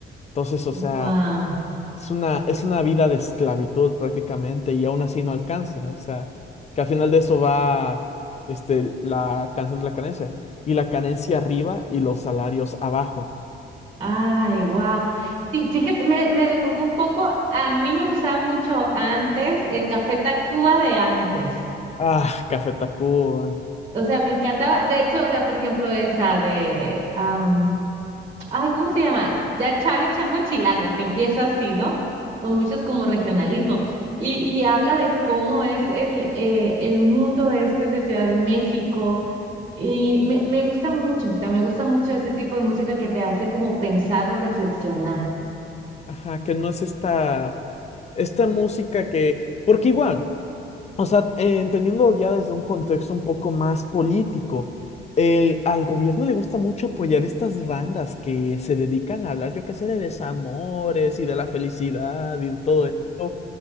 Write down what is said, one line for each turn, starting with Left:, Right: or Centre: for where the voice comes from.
Left: Entonces, o sea...
Right: wow.
Left: Es una, es una vida de esclavitud prácticamente y aún así no alcanza. O sea, que al final de eso va este, la canción de la carencia. Y la carencia arriba y los salarios abajo.
Right: Ay, wow. Sí, fíjate, me, me recordó un poco, a mí me gustaba mucho antes el Café Tacuba de antes.
Left: Ah, Café Tacuba.
Right: O sea, me encantaba. De hecho, o sea, por ejemplo, esa de, am, ay, ¿cómo se llama? Ya Chale Chango Chilango, que empieza así, ¿no? Con muchos como regionalismo. Y, y habla de cómo es el, eh, el mundo este de Ciudad de México. Y me, me gusta mucho, o sea, me gusta mucho ese tipo de música que te hace como pensar o reflexionar.
Left: Ajá, que no es esta, esta música que... Porque igual... O sea, eh, entendiendo ya desde un contexto un poco más político, el, al gobierno le gusta mucho apoyar estas bandas que se dedican a hablar, yo qué sé, de desamores y de la felicidad y de todo esto.